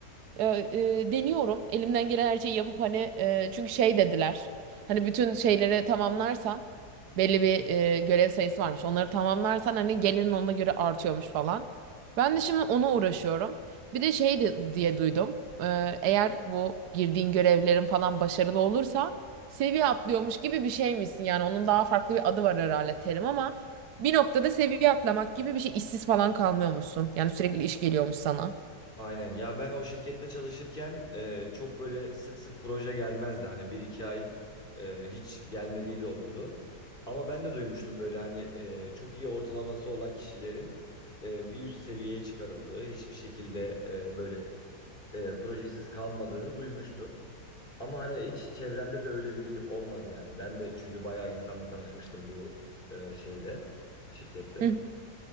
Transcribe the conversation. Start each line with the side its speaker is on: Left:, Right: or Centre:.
Right: E, e, deniyorum. Elimden gelen her şeyi yapıp hani e, çünkü şey dediler. Hani bütün şeyleri tamamlarsan belli bir e, görev sayısı varmış. Onları tamamlarsan hani gelirin ona göre artıyormuş falan. Ben de şimdi ona uğraşıyorum. Bir de şey de- diye duydum. E, eğer bu girdiğin görevlerin falan başarılı olursa seviye atlıyormuş gibi bir şeymişsin. Yani onun daha farklı bir adı var herhalde terim ama bir noktada seviye atlamak gibi bir şey işsiz falan kalmıyormuşsun. Yani sürekli iş geliyormuş sana.
Left: Aynen. Ya ben o şirkette çalışırken e, çok böyle sık sık proje gelmezdi. Hani bir iki ay e, hiç gelmediği de olurdu. Ama ben de duymuştum böyle hani e, çok iyi ortalaması olan kişilerin e, bir üst seviyeye çıkarıldığı, hiçbir şekilde e, böyle e, projesiz kalmadığını duymuştum. Ama hani hiç çevremde de öyle biri olmadı yani. Ben de çünkü bayağı insanla tanışmıştım bu e, şeyde, şirkette.
Right: Hı hı.